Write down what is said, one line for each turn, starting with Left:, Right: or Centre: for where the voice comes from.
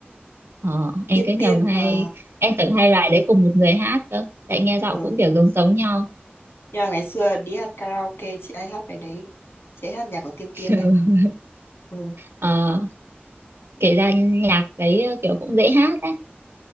Right: ờ, em
Left: tiên
Right: cứ nhầm
Left: tiên mà
Right: hay em tưởng hai bài đấy cùng một người hát cơ tại nghe giọng
Left: ừ.
Right: cũng kiểu giống giống nhau
Left: nhưng mà ngày xưa đi hát karaoke chị ấy hát bài đấy chị ấy hát nhạc của tiên tiên
Right: <laughs>
Left: đấy ừ.
Right: ờ, kể ra nhạc đấy ờ, kiểu cũng dễ hát á.